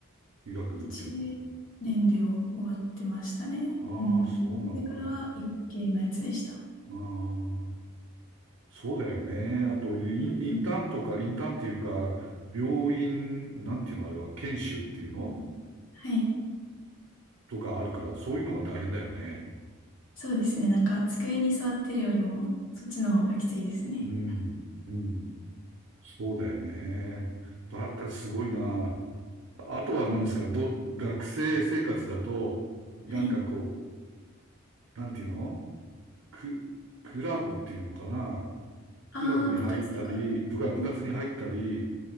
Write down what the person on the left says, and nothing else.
1年でお終わってましたね。
うん。
それからは医学系のやつでした。
うん
はい。
そうですね。なんか、机に座ってるよりも、そっちの方がきついですね。
うん
はい。
ああ、
部活とか。
うん